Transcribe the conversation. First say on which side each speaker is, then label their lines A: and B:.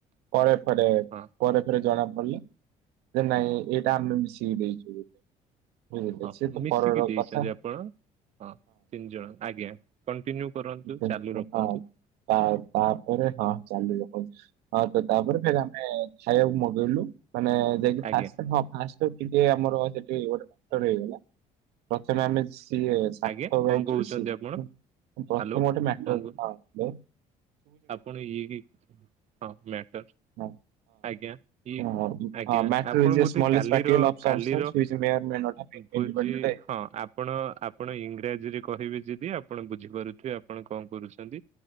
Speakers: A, on the right (about 75°); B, on the right (about 45°).
A: ପରେ ପରେ
B: ହଁ
A: ପରେ ପରେ ଜଣା ପଡିଲ ଯେ ନାଇଁ ଏଇଟା ଆମେ ମିଶିକି ଦେଇଚୁ ବୋ ବୁଝିଲେ
B: ହଁ
A: ସେ
B: ମିଶିକି
A: ପରିର
B: ଦେଇଛନ୍ତି
A: କଥା।
B: ଆପଣ। ହଁ ତିନି ଜଣ ଆଜ୍ଞା କଣ୍ଟିନ୍ୟୁ କରନ୍ତୁ
A: ହଁ
B: ଚାଲୁ ରଖନ୍ତୁ।
A: ତା ତା ତାପରେ ହଁ ଚାଲି ରଖନ୍ତ ହଁ ତ ତାପରେ ଫେର ଆମେ ଖାଇବାକୁ ମଗେଇଲୁ ମାନେ ଯାଇକି
B: ଆଜ୍ଞା
A: ଫାଷ୍ଟ ହ ଆସ୍ ତ ଟିକେ ଆମର ସେଠି ଗୋଟେ ମଡର ହେଇଗଲା ପ୍ରଥମେ ଆମେ ସିଏ ତାଙ୍କ
B: ଆଜ୍ଞା। କଣ
A: ବ୍ୟାଚର
B: କହୁଛନ୍ତି
A: ସିଏ
B: ଆପଣ
A: ପ୍ରଥମ
B: ହ୍ୟାଲୋ
A: ଗୋଟେ ମାଟର-
B: କଣ
A: ହଁ
B: କହୁ-
A: ଥିଲେ।
B: ଆପଣ ଇଏ ହି ହଁ ମ୍ୟାଟର
A: ହଁ
B: ଆଜ୍ଞା ଇ
A: ହଁ ହଁ
B: ଆଜ୍ଞା
A: ହଁ ମ୍ୟାଟର
B: ଆପଣ
A: ଇଜ
B: ବୋଧେ
A: ଏ ସ୍ମଲେଷ୍ଟ
B: କାଲିର
A: ପାର୍ଟିକଲ ଅଫ
B: କାଲିର
A: ସବଷ୍ଟାନ୍ସ which may or may not have
B: ଭୋଜି
A: ଇଣ୍ଡିପେଣ୍ଡେଣ୍ଟ
B: ହଁ ଆପ ଆପଣ ଆପଣ ଇଂରାଜୀରେ କହିବେ ଯିଦି ଆପଣ ବୁଝିପାରୁଥିବେ ଆପଣ କଣ କରୁଛନ୍ତି